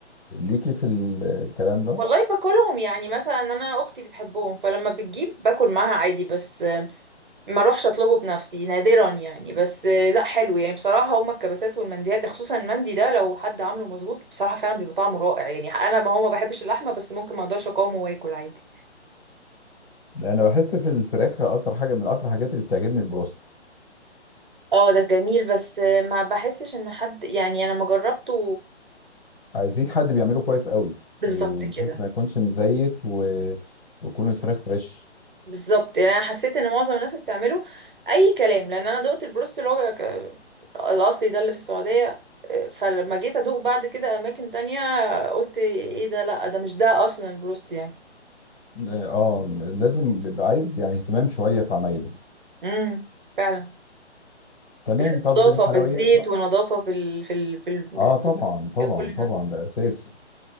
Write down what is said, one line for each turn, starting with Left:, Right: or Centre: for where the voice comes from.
Left: ليكي في ال- الكلام ده
Right: والله باكلهم يعني مثلا انا اختي بتحبهم فلما بتجيب باكل معاها عادي بس آه، ما اروحش اطلبه بنفسي نادرا يعني بس آه، لا حلو يعني بصراحه هما الكبسات والمنديات خصوصا المندي ده لو حد عامله مظبوط بصراحه فعلا بيبقى طعمه رائع يعني انا ما هو ما بحبش اللحمه بس ممكن ما اقدرش اقاومه واكل عادي
Left: انا بحس في الفراخ اكتر حاجة من اكتر الحاجات اللي بتعجبني البروست
Right: اه ده جميل بس آه، ما بحسش ان حد يعني انا ما جربته
Left: عايزين حد بيعمله كويس قوي
Right: بالظبط
Left: إيه،
Right: كده
Left: بحيث ما يكونش مزيت و... ويكون الفراخ فريش
Right: بالظبط يعني انا حسيت ان معظم الناس اللي بتعمله اي كلام لان انا دقت البروست اللي هو ك- الاصلي ده اللي في السعوديه آه، فلما جيت ادوق بعد كده اماكن تانية قلت ايه ده لا ده مش ده اصلا البروست يعني
Left: اه آه، لازم بيبقى عايز يعني اهتمام شوية في عمايله
Right: امم فعلا
Left: تمام
Right: لازم
Left: طب
Right: نظافه
Left: الحلويات
Right: في الزيت ونظافه في ال... في ال... في ال...
Left: اه طبعا طبعا
Right: في كل
Left: طبعا
Right: ده
Left: ده اساسي
Right: مم.